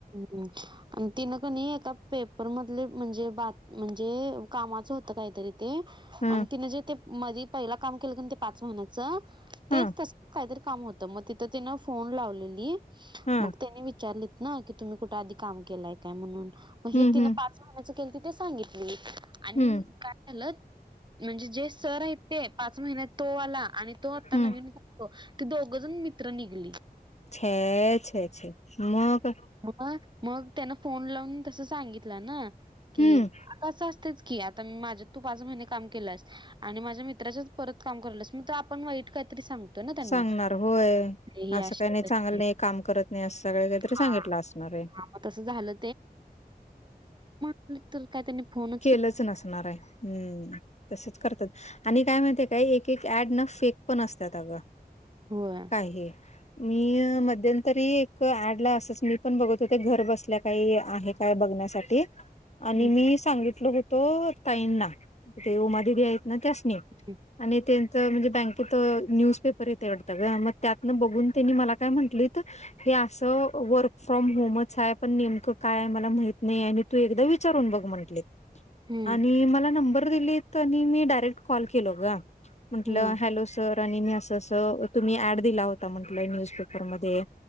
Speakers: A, on the right; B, on the left.
A: हुं आणि तिनं कनी एका पेपर मधले म्हणजे बात म्हणजे कामाचं होतं काहीतरी ते
B: हा
A: आणि तिने जे ते मधी पहिला काम केलं ते पाच महिन्याच तेच
B: हा
A: तसं काहीतरी काम होत म तिथं तिनं फोन लावलेली
B: हा
A: मग त्यानी वि वीचारलीत ना की तुम्ही कुठं आधी काम केलाय काय म्हणून मग हे
B: हम्म
A: तिनं
B: हम्म
A: पाच सांगायचं केलती ते सांगितली, आणि
B: हम्म
A: काय झालं म्हणजे जे सर आहेत ते पाच महिन्यात तो आला आणि तो आता
B: हम्म
A: नवीन हो ती दोघं जण मित्र निघली.
B: छे छे छे मग?
A: मग मग त्यान फोन लावून तसं सांगितलं ना की
B: हम्म
A: आता असं असतंयच की आता मी माझ्या तू पाच महिने काम केल्यास आणि माझ्या मित्राच्यात परत काम कराल्यास मग आपण वाईट कायतरी सांगतो. ना त्यांना.
B: सांगणार होय
A: ही
B: असं
A: अशी
B: काही
A: आहे,
B: नाही
A: तशी
B: चांगलं
A: आहे.
B: नाही, काम करत नाही, असं सगळे काय तर
A: हां,
B: सांगितला असणार आहे.
A: हां. मग तसं झालं मित्र तर काय त्यांनी फोन
B: केलंच नसणार आहे, हू तसचं करत्यात आणि काय माहिती काय एक एक ऍड ना फेक पण असतात अगं
A: होय.
B: काही मी मध्यंतरी एक ॲड ला असच मी पण बघत होते घर बसल्या काही आहेत काय बघण्यासाठी आणि
A: हं,
B: मी सांगितल होतो ताईंना ते उमा दिदी आहेत ना त्यास्नि
A: हं,
B: आणि त्यांच म्हणजे बँक तिथं न्यूजपेपर येतंय वाटतं गं मग त्यातनं बघून त्यांनी मला काय म्हंटलीत की हे असं वर फ्रॉम होमच आहे पण नेमकं काय आहे मला माहित नाही आहे आणि तू एकदा विचारून बघ म्हटले
A: हं.
B: आणि मला नंबर दिले त्यांनि आणि मी डायरेक्ट कॉल केलो ग, म्हटलं
A: हं, हं.
B: हॅलो सर आनि अस अस तुम्ही ऍड दिला होता म्हंटल न्यूजपेपर मध्ये